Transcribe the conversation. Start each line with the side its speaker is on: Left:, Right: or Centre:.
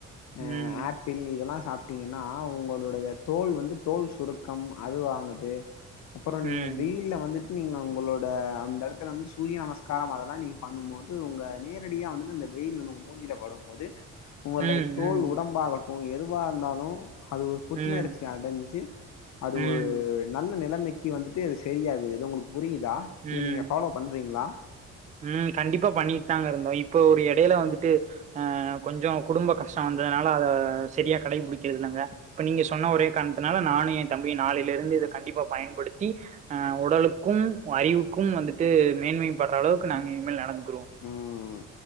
Right: ம்.
Left: ஆ ஆப்பிள் இதெல்லா சாப்ட் டிங்கனா உங்களுடைய தோல் வந்து தோல் சுருக்கம் அதுவானது அப்பற
Right: ம்.
Left: நீங்க வெயில்ல வந்துட்டு நீங்க உங்களோட அந்தெடத்துல வந்து சூரிய நமஸ்காரம் அதெல்லா நீங்க பண்ணும்போது வ நேரடியா வந்துட்டு அந்த வெயில் வந்து ஒங்க மூஞ்சில படும்போது உங்களுடைய
Right: ம். ம்.
Left: தோல் உடம்பாகட்டு எதுவா வா இருந்தாலு அது ஒரு புத்துணர்ச்சி
Right: ம்.
Left: அடஞ்சு அது
Right: ம்.
Left: ஒரு நல்ல நெலமைக் கி வந்துட்டு இது செரியாகுது இது உங்களுக்கு புரியுதா
Right: ம்.
Left: இத நீங்க ஃபாலோ பண்றீங்ளா
Right: ம் கண்டிப்பா பண்ணிட்தாங்க இருந்தோ இப்போ ஒரு எடைல வந்துட்டு அ கொஞ்ச குடும்ப கஷ்ட வந்த னால அத செரியா கடைபுடிகிறது இல்லங்க இப்ப நீங்க சொன்ன ஒரே காரணத்துனால நானு எ தம்பியு நாளைல இருந்து இத கண்டிப்பா பயன்படுத்தி அ உடலுக்கும் அறிவுக்கும் வந்துட்டு மேன்மை பட்ற அளவுக்கு நாங்க இனிமேல் நடந்து
Left: ம்